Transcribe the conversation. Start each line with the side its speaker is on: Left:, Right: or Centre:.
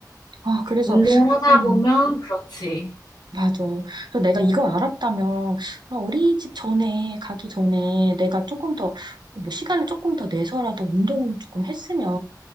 Right: 아, 그래서
Left: 운동을 하다
Right: 음,
Left: 보면 그렇지.
Right: 맞아. 그래서 내가 이걸 알았다면, 아, 우리 집 전에, 가기 전에 내가 조금 더, 뭐, 시간을 조금 더 내서라도 운동을 조금 했으면,